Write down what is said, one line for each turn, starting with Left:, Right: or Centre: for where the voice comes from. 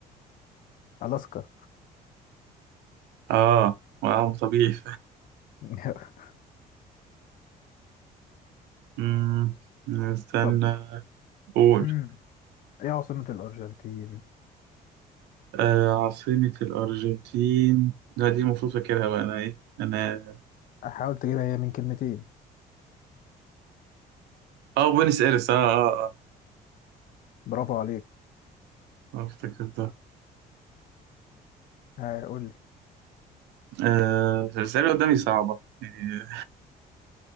Left: الاسكا
Right: اه آه، طبيعي
Left: <laughs>
Right: أمم، استنى
Left: طب
Right: قول
Left: امم ايه عاصمة الارجنتين
Right: آه عاصمة الأرجنتين لا دي المفروض فاكرها بقى أنا إيه أنا
Left: حاول تجيبها هي من كلمتين
Right: آه بوينس إيرس آه آه آه
Left: برافو عليك
Right: آه، افتكرتها
Left: آه، قول لي
Right: آه الأسئلة قدامي صعبة يعني